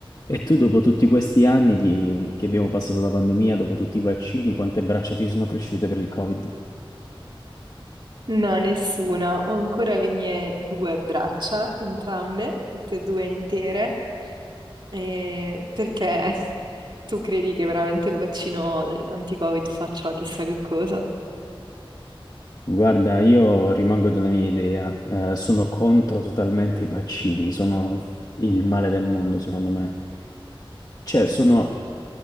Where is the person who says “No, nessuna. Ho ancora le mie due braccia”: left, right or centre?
Right